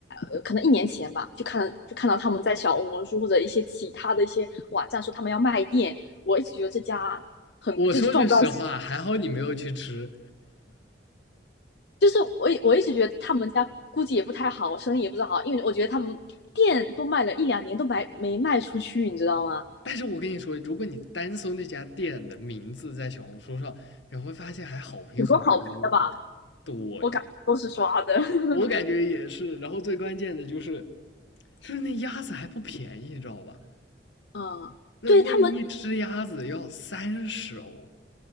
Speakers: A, on the left; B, on the left.
A: 呃，可能一年前吧，就看就看到他们在小红书或者一些其他的一些网站说他们要卖店。我一直觉得这家
B: 我说句实话，
A: 赚不到，
B: 还好你没有去吃。
A: 就是我一我一直觉得他们家估计也不太好，生意也不是好，因为我觉得他们店都卖了一两年都没没卖出去，你知道吗？
B: 但是我跟你说，如果你单搜那家店的名字在小红书上，你会发现还好评很多。
A: 很多好评的吧，
B: 对，
A: 我感觉都是刷的。<laughs>
B: 我感觉也是。然后最关键的就是，就是那鸭子还不便宜，你知道吧？
A: 嗯，
B: 那那一只鸭子要三十欧，
A: 对他们